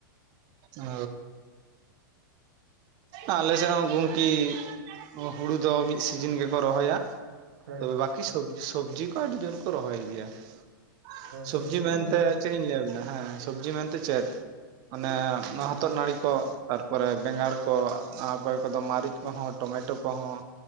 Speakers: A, on the right; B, on the right.
A: ᱚ ᱟᱞᱮ ᱥᱮᱫ ᱦᱚᱸ ᱜᱚᱢᱠᱮ᱾ ᱦᱩᱲᱩ ᱫᱚ ᱢᱤᱫ ᱥᱤᱡᱤᱱ ᱜᱮᱠᱚ ᱨᱚᱦᱚᱭᱟ᱾
B: ᱦᱳᱭ
A: ᱛᱚᱵᱮ ᱵᱟᱠᱤ ᱥᱚᱵ ᱥᱚᱵᱡᱤ ᱠᱚ ᱟᱹᱰᱤ ᱡᱳᱨ ᱠᱚ ᱨᱚᱦᱚᱭ ᱜᱮᱭᱟ ᱾ ᱥᱚᱵᱡᱤ
B: ᱥᱚᱵᱽᱡᱤ
A: ᱢᱮᱱᱛᱮ
B: ᱠᱚ ᱵᱷᱟᱜᱤ
A: ᱪᱮᱫ ᱤᱧ ᱞᱟᱹᱭ ᱟᱵᱮᱱᱟ ᱦᱮᱸ ᱥᱚᱵᱡᱤ ᱢᱮᱱᱛᱮ ᱪᱮᱫ? ᱚᱱᱮ ᱱᱚᱣᱟ ᱦᱚᱛᱚᱫ ᱱᱟᱹᱲᱤ ᱠᱚ ᱛᱟᱨᱯᱚᱨᱮ ᱵᱮᱸᱜᱟᱲ ᱠᱚ ᱟ ᱚᱠᱚᱭ ᱠᱚᱫᱚ ᱢᱟᱹᱨᱤᱡ ᱠᱚᱦᱚᱸ, ᱴᱚᱢᱮᱴᱳ ᱠᱚᱦᱚᱸ,